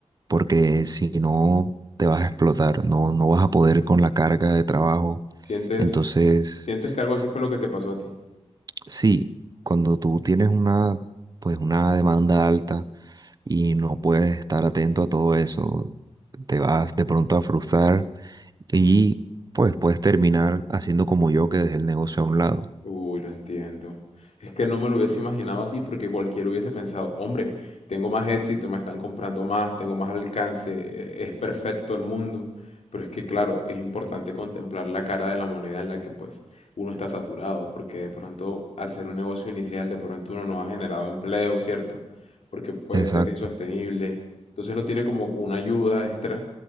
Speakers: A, on the right; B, on the left.
A: porque si no te vas a explotar, no, no vas a poder con la carga de trabajo.
B: ¿Sientes,
A: Entonces,
B: sientes que algo así
A: s-
B: fue lo que te pasó a ti?
A: sí, cuando tú tienes una, pues una demanda alta y no puedes estar atento a todo eso, te vas de pronto a frustrar y pues puedes terminar haciendo como yo que dejé el negocio a un lado.
B: Uy, lo entiendo. Es que no me lo hubiese imaginado así porque cualquiera hubiese pensado, hombre, tengo más éxito, me están comprando más, tengo más alcance, e- es perfecto el mundo. Pero es que, claro, es importante contemplar la cara de la moneda en la que pues uno está saturado, porque de pronto al ser un negocio inicial, de pronto uno no ha generado empleo, ¿cierto? Porque puede
A: Exacto.
B: ser insostenible. Entonces no tiene como una ayuda extra